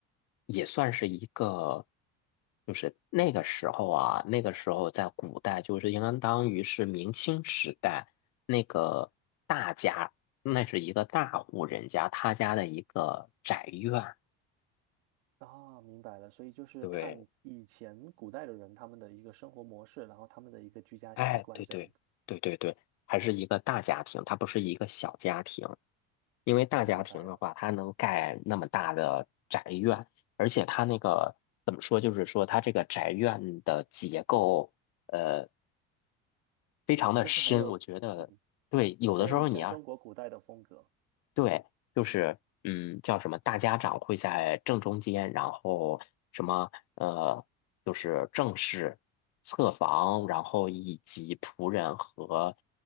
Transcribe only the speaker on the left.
也算是一个，就是那个时候啊，那个时候在古代，就是应当于是明清时代那个大家，那是一个大户人家，他家的一个宅院。
对，
哎，对对对对对，还是一个大家庭，它不是一个小家庭。因为大家庭的话，
它能盖那么大的宅院，而且它那个怎么说，就是说它这个宅院的结构，呃，非常的深。
我觉得，
对，有的时候你要
对，就是嗯，叫什么？大家长会在正中间，然后什么呃，就是正室、侧房，然后以及仆人和